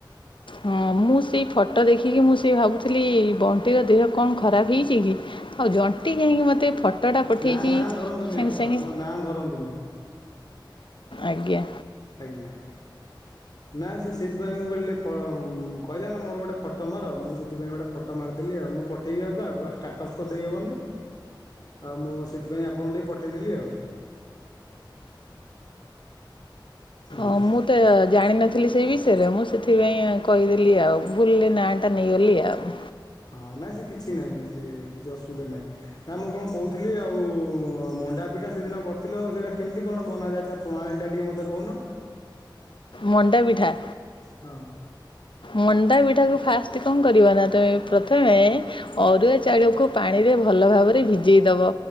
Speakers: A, on the left (about 80°); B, on the left (about 55°).
A: ହୁଁ। ମୁଁ ସେଇ ଫଟୋ ଦେଖିକି ମୁଁ ସେ ଭାବୁଥିଲି। ବଣ୍ଟିର ଦେହ କଣ ଖରାପ ହେଇଛି କି? ଆଉ ଜ ଣ୍ଟି ମୋତେ କାହିଁକି ଏ ଫଟୋଟା ପଠେଇଛି
B: ନା ନା ଧରନ୍ତୁନି
A: ସାଙ୍ଗେ
B: ଆପଣ
A: ସାଙ୍ଗେ।
B: ଆପଣ ନା ଧରନ୍ତୁନି
A: ଆଜ୍ଞା।
B: ଆଜ୍ଞା। ନା ସେ ସେଇଥିପାଇଁ ମୁଁ କହିଲି ଟିକେ ଫ କହିଲା ନା ମୋର ଗୋଟେ ଫଟୋ ମାର, ମୁଁ ସେଥିପାଇଁ ଗୋଟେ ଫଟୋ ମାର- ଦେଲି ଆଉ, ମୁଁ ପଠେଇବି ଆଉ କହାକୁଉ ଷ୍ଟାଟସ ତ ଦେଇହବନି। ଆଉ ମୁଁ ସେଥିପାଇଁ ଆପଣଙ୍କୁ ଟିକେ ପଠେଇଦେଲି ଆଉ। ହଁ।
A: ହ ମୁଁ ତ ଜାଣିନ ଥିଲି ସେଇ ବିଷୟରେ ମୁଁ ସେଥିପାଇଁ କହିଦେଲି ଆଉ ଭୁଲରେ ନାଁ ଟା ନେଇଗଲି ଆଉ।
B: ହଁ ନାଇଁ ସେ କିଛି ନାହିଁ ସେ କିଛି ଅସୁବିଧା ନାହିଁ ନା ମୁଁ କଣ କହୁଥିଲି ଆଉ ମଣ୍ଡା ପିଠା ସେଦିନ କରିଥିଲ ସେଇଟା କେମିତି କଣ ବନାଯାଏ ତା ପ୍ରଣାଳୀ ଟା ଟିକେ ମତେ କହୁନ।
A: ମଣ୍ଡା ପିଠା
B: ହଁ।
A: ମଣ୍ଡା ପିଠାକୁ ଫାଷ୍ଟ କଣ କରିବ ନା ତମେ ପ୍ରଥମେ ଅରୁଆ ଚାଉଳକୁ ପାଣି ଭଲ ଭାବରେ ଭିଜେଇ ଦବ